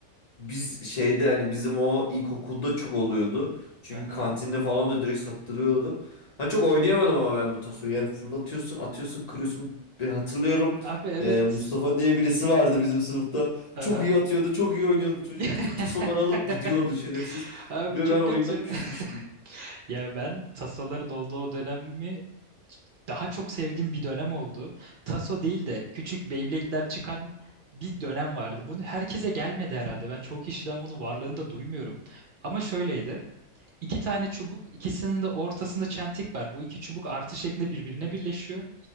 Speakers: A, on the left; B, on the right.
A: biz şeyde hani bizim o ilkokulda çok oluyordu. Çünkü
B: Aha.
A: kantinde falan da direkt sattırıyordu. Ben çok oynayamadım ama ben bu tasoyu. Yani fırlatıyorsun, atıyorsun, kırıyorsun. Bir hatırlıyorum.
B: Abi evet.
A: e, Mustafa diye birisi vardı bizim sınıfta.
B: Aha.
A: Çok iyi atıyordu, çok iyi oynuyordu çocuk.
B: <laughs>
A: Bütün tasoları alıp gidiyordu şerefsiz.
B: Abi
A: Ve
B: çok
A: ben oyundan
B: kötü.
A: küsmüştüm.
B: <laughs> Ya ben tasoların olduğu o dönemi daha çok sevdiğim bir dönem oldu. Taso değil de küçük Beyblade'ler çıkan bir dönem vardı. Bunu herkese gelmedi herhalde. Ben çoğu kişiden bunu varlığını da duymuyorum. Ama şöyleydi. İki tane çubuk, ikisinin de ortasında çentik var. Bu iki çubuk artı şeklinde birbirine birleşiyor.